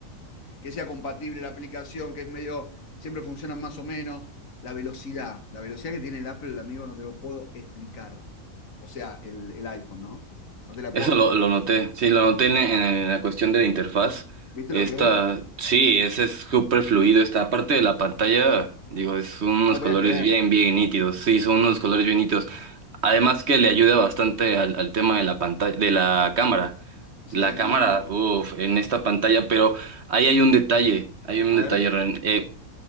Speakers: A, on the left (about 65°); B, on the right (about 50°).
A: que sea compatible la aplicación, que es medio, siempre funcionan más o menos. La velocidad, la velocidad que tiene el Apple, amigo, no te lo puedo explicar. O sea, el, el iPhone, ¿no? No te la
B: Eso
A: puedo
B: lo,
A: explicar.
B: lo noté, sí, lo noté en, en- en la cuestión de la interfaz.
A: ¿Viste
B: Esta,
A: lo que es?
B: sí, ese es súper fluido. Esta parte de la pantalla, digo, es unos
A: No lo podías
B: colores
A: creer.
B: bien, bien nítidos. Sí, son unos colores bien nítidos. Además que le ayuda bastante al, al tema de la pantalla, de la cámara.
A: Sí,
B: La cámara, uff, en esta pantalla, pero ahí hay un detalle, hay
A: a
B: un
A: ver.
B: detalle, Ren. Eh,